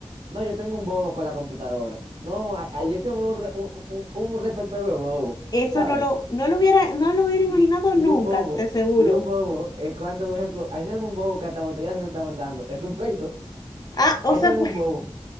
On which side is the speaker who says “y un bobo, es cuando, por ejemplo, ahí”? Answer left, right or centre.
Right